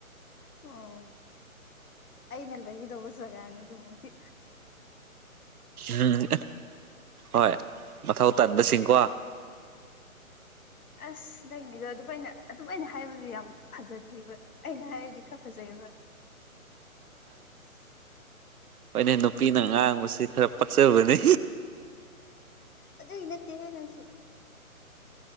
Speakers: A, on the left (about 80°); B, on the right (about 85°).
A: ꯑꯣ ꯑꯅꯥ ꯆꯪꯗꯒꯤ ꯇꯧꯕꯁꯒꯅꯤ ꯖꯥꯒꯗꯤ
B: ꯎꯝ ꯍꯣꯏ ꯃꯊꯧ ꯇꯟꯥꯕꯥ ꯁꯤꯡ ꯀꯣ
A: ꯑꯁ ꯅꯪꯒꯤꯗꯣ ꯑꯗꯨꯝꯃꯥꯏ ꯑꯗꯨꯝꯃꯥꯏꯅ ꯍꯥꯏꯕꯗꯤ ꯌꯥꯝ ꯐꯖꯗꯦ ꯑꯩꯅ ꯍꯥꯏꯔꯗꯤ ꯈꯔ ꯐꯖꯩꯌꯦꯕꯥ ꯅꯥ
B: ꯍꯣꯅꯩ ꯅꯨꯄꯤꯅ ꯉꯥꯡꯕꯁꯤ ꯈꯔ ꯄꯛꯆꯕꯅꯤ
A: ꯑꯗꯨꯒꯤ ꯏꯅꯠꯇꯦ ꯅꯪꯁꯨ